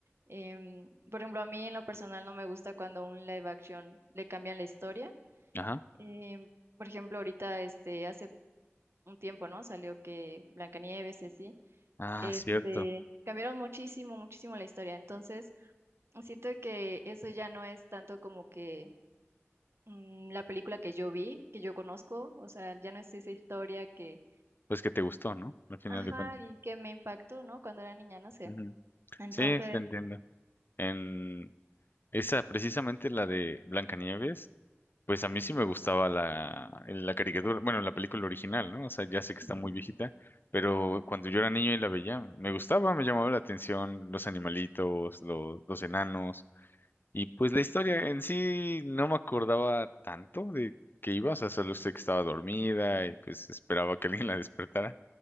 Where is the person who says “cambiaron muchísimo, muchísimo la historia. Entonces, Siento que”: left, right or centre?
Right